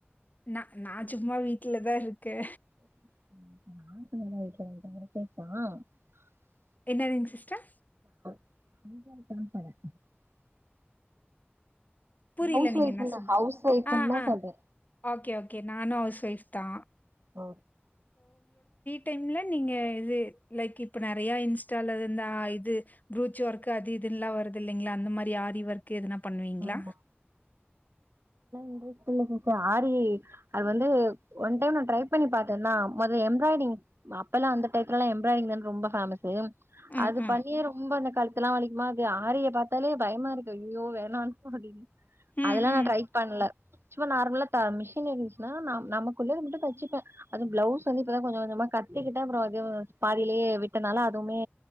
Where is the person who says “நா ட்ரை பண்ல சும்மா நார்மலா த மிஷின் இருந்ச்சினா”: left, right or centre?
Right